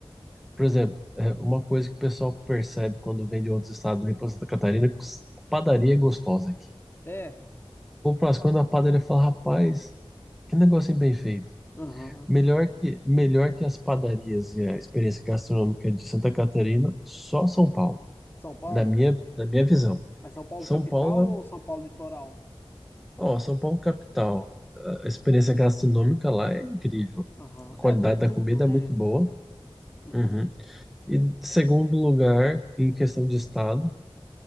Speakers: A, in the centre; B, on the left.
A: Por exemplo, é, uma coisa que o pessoal percebe quando vem de outros estados ali para Santa Catarina, que a padaria é gostosa aqui.
B: É.
A: Ou para as quando a padaria fala, rapaz, que negocinho bem feito.
B: Aham.
A: Melhor que, melhor que as padarias e a experiência gastronômica de Santa Catarina, só São Paulo,
B: São Paulo?
A: na minha, na minha visão.
B: Mas São Paulo
A: São
B: capital
A: Paulo,
B: ou
A: é-
B: São Paulo litoral?
A: ó, São Paulo é capital, a experiência gastronômica lá é incrível.
B: Aham.
A: A qualidade
B: É, tem tudo,
A: da comida
B: né?
A: é muito boa.
B: Uhum.
A: Uhum. E segundo lugar, em questão de estado,